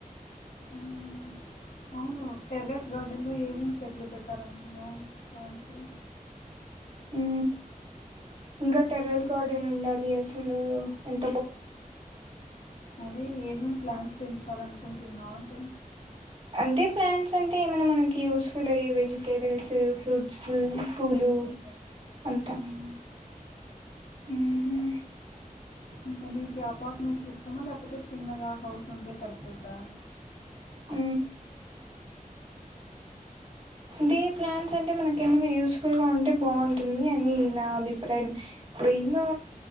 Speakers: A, on the left; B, on the right.
A: మ్మ్. అవును టెర్రస్ గార్డెన్ లో ఏమేం చెట్లు పెట్టాలనుకున్నావ్ ప్లాంట్స్
B: ఊ ఇంకా టెర్రస్ గార్డెన్ ఉండాలి అసలు ఎన్
A: అదే ఏమేం ప్లా పెంచాలనుకుంటున్నావు అంటు
B: అంటే ప్లాంట్స్ అంటే ఏమైనా మనకి యూస్ఫుల్ అయ్యే వెజిటేబుల్స్ ఫ్రూట్స్ పూలు అంతా
A: మ్మ్.
B: మ్మ్
A: ఇంకా మీకి అపార్ట్మెంట్స్ ఇష్టమా లేకపోతే చిన్నగా హౌస్ ఉంటే సరిపోద్దా
B: ఊ డే ప్లాన్ట్స్ అంటే మనకేమైనా యూస్ఫుల్ గా ఉంటే బావుంటుంది అని నా అభిప్రాయం ఇప్పుడు ఎన్నో